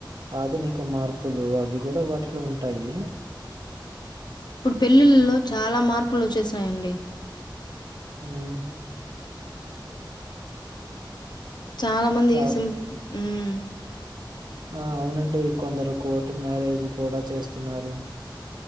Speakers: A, on the right; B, on the left.
A: ఆధునిక మార్పులు అవి గూడా వాటిలో ఉంటాయి
B: ఇప్పుడు పెళ్ళిళ్ళ లో చాలా మార్పు అప్పులు వచ్చేసినయండి
A: మ్
B: చాలా మంది
A: అవ్
B: సింపుల్ మ్
A: ఆ అవునండి కొందరు కోర్టు మ్యారేజ్ కూడా చేస్తున్నారు